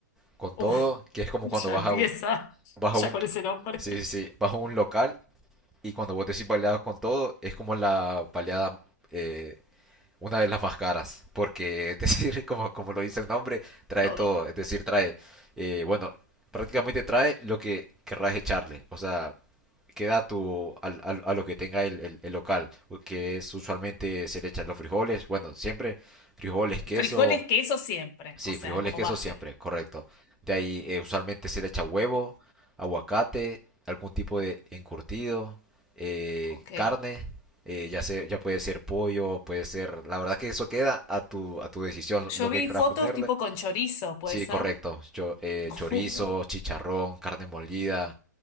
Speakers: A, in the centre; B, on the left (about 30°).
A: Con
B: Uf,
A: todo, que es como
B: ya
A: cuando vas
B: empieza,
A: a un, vas
B: ya
A: a un,
B: con ese nombre.
A: sí, sí, sí, vas a un local y cuando vos decís baleada con todo, es como la baleada, eh, una de las más caras. Porque, es decir,
B: Oh,
A: <laughs> como, como lo dice el nombre, trae
B: todo.
A: todo. Es decir, trae, eh, bueno, prácticamente trae lo que querrás echarle. O sea, queda a, tu, al- al- a lo que tenga el, el- el local, que es usualmente se le echan los frijoles, bueno, siempre frijoles, queso,
B: Frijoles, queso siempre,
A: sí,
B: o sea,
A: frijoles,
B: como
A: queso
B: base.
A: siempre, correcto. De ahí eh, usualmente se le echa huevo, aguacate, algún tipo de encurtido, eh,
B: Ok.
A: carne, eh, ya se- ya puede ser pollo, puede ser, la verdad que eso queda a tu, a tu decisión, lo
B: Yo
A: que
B: vi
A: quieras
B: fotos
A: ponerle.
B: tipo con chorizo, ¿puede
A: Sí,
B: ser?
A: correcto, yo, eh,
B: <laughs>
A: chorizo, chicharrón, carne molida